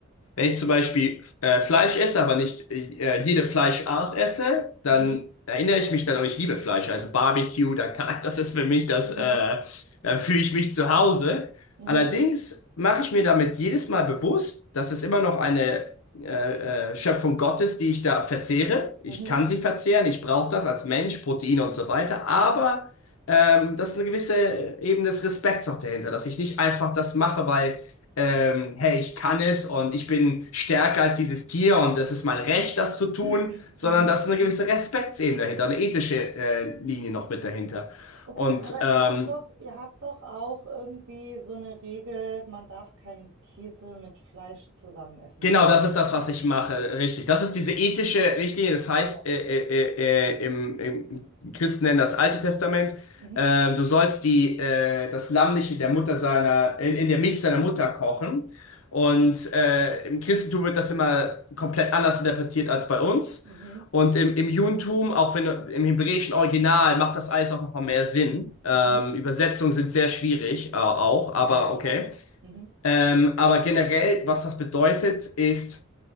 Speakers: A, on the left (about 80°); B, on the right (about 65°).
A: Wenn ich zum Beispiel äh, Fleisch esse, aber nicht äh, jede Fleischart esse, dann
B: Mhm.
A: erinnere ich mich dann, oh ich liebe Fleisch, also Barbecue, da <laughs> kann, das ist für mich das,
B: Mhm.
A: äh, da fühle ich mich zu Hause.
B: Mhm.
A: Allerdings mache ich mir damit jedes Mal bewusst, dass es immer noch eine äh, äh, Schöpfung Gottes, die ich da verzehre. Ich
B: Mhm.
A: kann sie verzehren, ich brauche das als Mensch, Proteine und so weiter, aber ähm, das ist eine gewisse Ebene des Respekts auch dahinter, dass ich nicht einfach das mache, weil ähm, hey, ich kann es und ich bin stärker als dieses Tier und das ist mein Recht, das zu tun,
B: Mhm.
A: sondern
B: <clears throat>
A: da ist
B: Mhm. Mhm.
A: eine gewisse Respektsebene dahinter, eine ethische äh, Linie noch mit dahinter.
B: Okay,
A: Und
B: aber
A: ähm,
B: ihr habt doch, ihr habt doch auch irgendwie so eine Regel, man darf keinen Käse mit Fleisch zusammen essen
A: Genau,
B: oder
A: das ist das,
B: so.
A: was
B: Ne?
A: ich mache, richtig. Das ist diese ethische Richtlinie, das heißt,
B: So.
A: äh, äh, äh, äh, im, im Christen nennen das Alte Testament.
B: Mhm.
A: Äh, du sollst die, äh, das Lamm nicht in der Mutter seiner, in, in der Milch seiner Mutter kochen. Und äh, im Christentum wird das immer komplett anders interpretiert als bei uns.
B: Mhm.
A: Und im, im Judentum, auch wenn du- im hebräischen Original, macht das alles auch noch mal mehr Sinn. Ähm,
B: Mhm.
A: Übersetzungen sind sehr schwierig, äh, auch, aber
B: Ja, ja, klar.
A: okay.
B: Mhm.
A: Ähm, aber generell, was das bedeutet, ist,